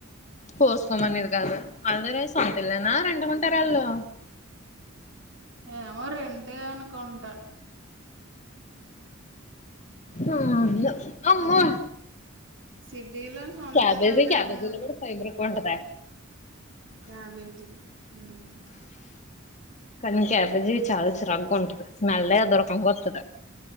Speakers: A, on the left (about 35°); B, on the right (about 65°).
A: కోసుకోమనేది కాదు <unintelligible> రంటుకుంటార వాళ్ళు
B: ఏమో రెంటే అనుకుంటా
A: ఆ <unintelligible> అమ్మో
B: సిటీలో సొంత
A: క్యాబేజి
B: ఇల్లులేమో
A: క్యాబేజి
B: మరి
A: లో కూడా ఫైబర్ ఎక్కువ ఉంటద
B: క్యాబేజీ మ్మ్
A: కానీ క్యాబేజీ చాలా చిరగ్గా ఉంటది స్మేల్లే అదోరకంగా వత్తది